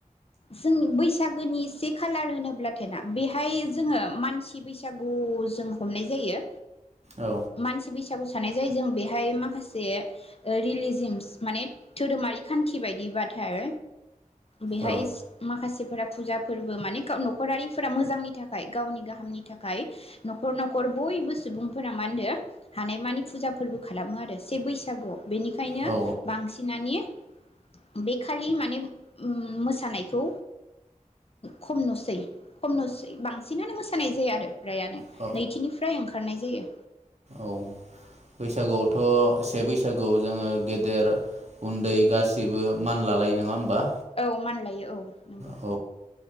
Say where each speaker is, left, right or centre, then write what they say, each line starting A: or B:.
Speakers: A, on the left; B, on the right.
A: जों बैसागोनि से खालार होनोब्लाथाय ना बेहाय जोङो मानसि बैसागु जों हमनाय जायो।
B: औ
A: मानसि बैसा सागु साननाय जाय जों बेहाय माखासे ओ रिलिजिमस माने धोरोमारि खान्थि बायदिबाथाय बेहाय
B: औ
A: माखासेफोरा फुजा फोरबो माने नखरारिफोरा मोजांनि थाखाय गावनि गाहामनि थाखाय न'खर न'खर बयबो सुबुंफोरा मा होनदों हानाय मानि फुजा फोरबो खालामो आरो से बैसागुआव। बेनिखायनो
B: औ
A: बांसिनानि बे खालि माने मोसानाय खौ खम नुसै। खम नुसै बांसिनानो मोसानाय जाया आरो। फ्रायानो
B: औ
A: नैथिनिफ्राय ओंखारनाय जायो।
B: औ बैसागुआवथ' से बैसा सागुआव जोङो गेदेर उन्दै गासिबो मान लालायो नङा होमबा?
A: औ मानलायो औ नंगौ।
B: औ